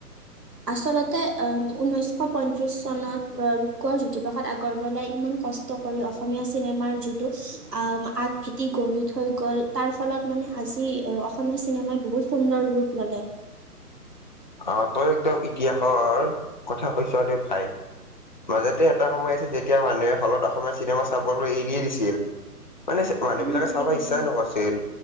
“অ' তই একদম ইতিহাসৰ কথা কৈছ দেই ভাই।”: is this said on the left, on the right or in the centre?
Left